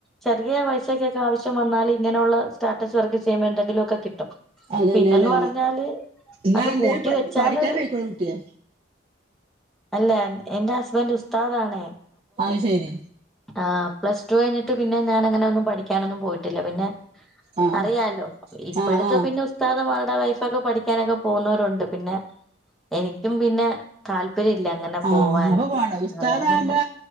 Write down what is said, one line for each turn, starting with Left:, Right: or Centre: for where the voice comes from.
Centre: ചെറിയ പൈസക്കൊക്കെ ആവശ്യം വന്നാൽ ഇങ്ങനെയുള്ള സ്റ്റാറ്റസ് വർക്ക് ചെയ്യുമ്പ എന്തെങ്കിലു ഒക്കെ കിട്ടും.
Right: അതന്നെല്ലേ
Centre: പിന്നന്ന് പറഞ്ഞാല്
Right: എന്നാ
Centre: അത്
Right: എന്തേലും
Centre: കൂട്ടി വെച്ചാലൊരു
Right: പഠിക്കാൻ പോയിക്കൂടെ കുട്ടിയെ
Centre: അല്ല എന്റെ ഹസ്ബൻറ് ഉസ്താദ് ആണ്.
Right: അത് ശെരി.
Centre: ആ പ്ലസ് ടു കഴിഞ്ഞിട്ട് പിന്നെ ഞാൻ അങ്ങനൊന്നും പഠിക്കാനൊന്നും പോയിട്ടില്ല പിന്നെ
Right: ആഹ്
Centre: അറിയാലോ ഇപ്പോഴത്തെ
Right: ആഹ് ആഹ്
Centre: പിന്നെ ഇക്കാക്ക മാരുടെ വൈഫൊക്കെ പഠിക്കാനൊക്കെ പോകുന്നവരുണ്ട്. പിന്നെ, എനിക്കും പിന്നെ തൽ ൽപര്യല്യയാ അങ്ങനെ.
Right: ആഹ്,
Centre: പോവാന്
Right: അപ്പൊ പോണം. ഉസ്താദാവുമ്പോ
Centre: അതുകൊണ്ട് തന്നെ